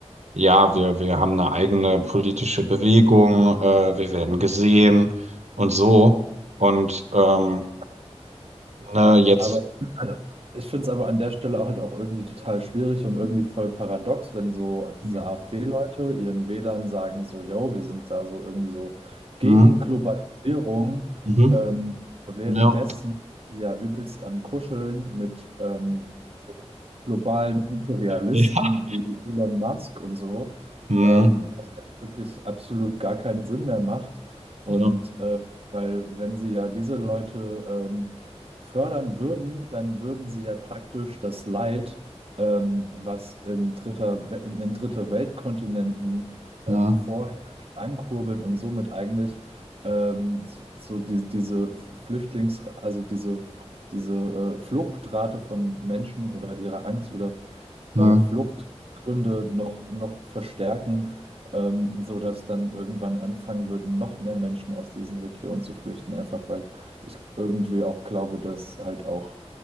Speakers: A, on the right (about 85°); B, on the right (about 55°).
A: ja, wir wir haben eine eigene politische Bewegung, äh, wir werden gesehen und so und ähm, ne, jetzt.
B: Aber <laughs> ich finde es aber an der Stelle auch halt auch irgendwie total schwierig und irgendwie voll paradox, wenn so diese
A: Hm.
B: AfD-Leute ihren Wählern sagen so, yo, wir sind da so irgendwie so gegen
A: hm,
B: Globalisierung,
A: Mhm.
B: ähm, währenddessen
A: Ja.
B: die ja übelst am Kuscheln mit ähm, so globalen Imperialisten
A: Ja.
B: wie Elon Musk und so,
A: Ja.
B: ähm, was halt wirklich absolut gar keinen Sinn mehr macht. Und
A: Ja.
B: äh, weil wenn sie ja diese Leute ähm, fördern würden, dann würden sie ja praktisch das Leid, ähm, was in dritter, We- in, in dritte Weltkontinenten
A: Ja.
B: ähm, vorherrscht, ankurbeln und somit eigentlich ähm, so, so die, diese Flüchtlings, also diese diese äh, Fluchtrate von Menschen oder ihre Angst oder
A: Ja.
B: äh, Fluchtgründe noch, noch verstärken, ähm, sodass dann irgendwann anfangen würden, noch mehr Menschen aus diesen Regionen zu flüchten, einfach weil ich irgendwie auch glaube, dass halt auch